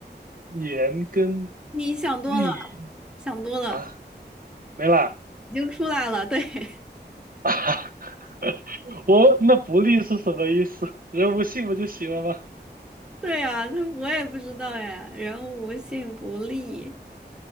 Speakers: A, on the right (about 55°); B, in the centre.
A: 言跟
B: 你想多了，
A: 利
B: 想多了，
A: 啊没啦
B: 已经出来了。对，<laughs>
A: 啊！<laughs> 我那不利是什么意思？人无信不就行了吗？
B: 对啊，那我也不知道哎。人无信不立，